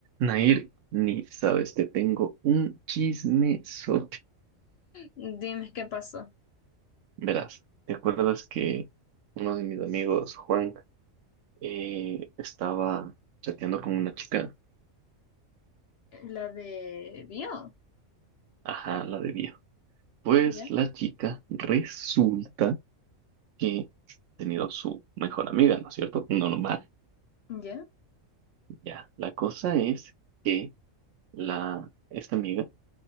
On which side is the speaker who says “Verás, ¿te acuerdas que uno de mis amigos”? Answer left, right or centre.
Right